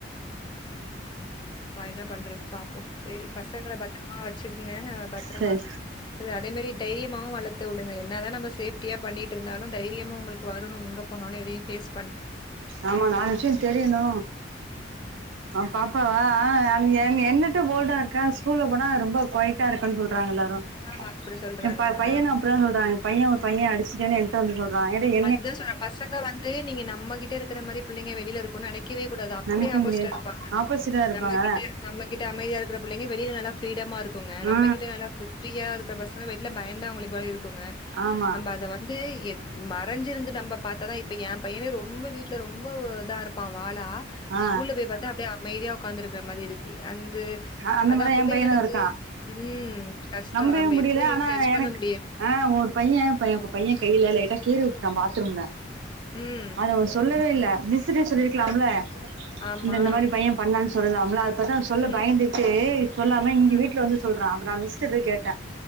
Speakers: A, on the left; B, on the right.
A: பா என்ன பண்றது பாப்போ சேரி பசங்ள பத்ரமா வச்சிக்குங்க நா பத்ரமா
B: சரி
A: ர அதே மாரி தைரியமாவு வளத்துவுடுங்க என்னாதா நம்ம சேஃப்டியா பண்ணிட்ருந்தாலு தைரியமு உங்களுக்கு வரணு எங்கப் போனாலு எதையு பேஸ் பண்ணு
B: ஆமா நாலு விஷயோ தெரியணு ஆ பாப்பாவா அன் என்
A: ம்.
B: என்ன ட்ட போல்டா இருக்கா ஸ்கூல்ல போனா ரொம்ப கொயட்டா இருக்கன் சொல்றாங்க எல்லாரு தா
A: ஆ அப்டி சொல்றாங்களா?
B: ஏ ப பையன அப்டிதா சொல்றாங்க பைய ஒரு பைய அடிச்ட்டேன் என்ட வந்து சொல்றா ஏடா ஏ
A: அதுதா சொன்ன பசங்க வந்து நீங்க நம்மகிட்ட இருக்ற மாரி பிள்ளைங்க வெளில இருக்குன் நெனைக் கவே கூடாது அப்டியே
B: நெனைக்க
A: ஆப்போசிட்டா
B: முடியாது
A: இருப்பாங்க
B: ஆப்போசிட்டா இருப்பாங்க
A: நம்மகிட்ட நம்மகிட்ட அமைதியா இருக்ற பிள்ளைங்க வெளில நல்லா ஃப்ரீடமா இருக்குங்க நம்ம
B: ஆ
A: கிட்ட நல்லா ஃபிஃப் ஃப்ரீயா இருக்ற பசங்க வெளில பயந்தாங்குழி போல இருக்குங்க
B: ஆமா
A: நம்ம அத வந்து எ மறஞ்சிருந்து நம்ம பாத்தாதா இப்ப ஏ பையனே ரொம்ப வீட்ல ரொம்ப இதா இருப்பா வாலா
B: ஆ
A: ஸ்கூல்ல போய் பாத்தா அப்டியே அமைதியா உங்காந்துருக்ற மாரி இருக் அந்து
B: ஆ அந்த
A: அதா
B: மாரிதா
A: புள்ளங்களுக்கு
B: எ பையனு இருக்கா
A: உம் கஷ்டோ
B: நம்பவே
A: நம்ம
B: முடியல
A: எப்டி
B: ஆனா
A: சஜ்
B: எனக்கு
A: பண்ணம்
B: ஆ ஒரு பைய பை அப் பைய கையில லைட்டா கீறிவுட்டுட்டா பாத்ரூம்ல
A: ம்.
B: அத அவரு சொல்லவே
A: ம்.
B: இல்ல மிஸ்ஸுட்டயே சொல்லிருக்கலாம்ல
A: ஆ. ஆமா.
B: இந்த இந்த மாரி பைய பண்ணான் சொல்லலாம்ல அத பாத்தா சொல்ல
A: ம்,
B: பயந்துட்டு சொல்லாம இங்க
A: ம்,
B: வீட்ல வந்து சொல்றா அப்றோ மிஸ்ட்ட போய் கேட்டே